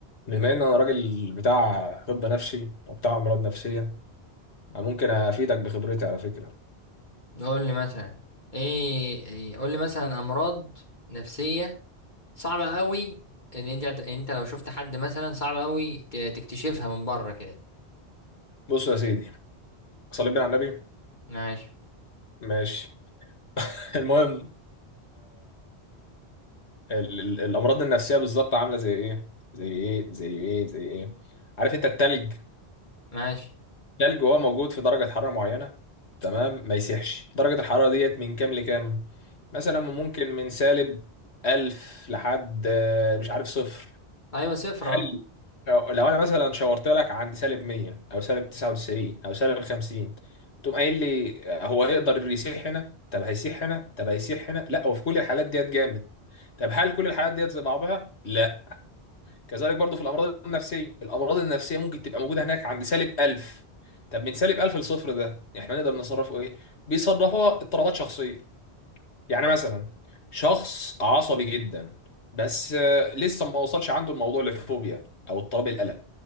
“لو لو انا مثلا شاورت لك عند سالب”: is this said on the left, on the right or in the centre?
Left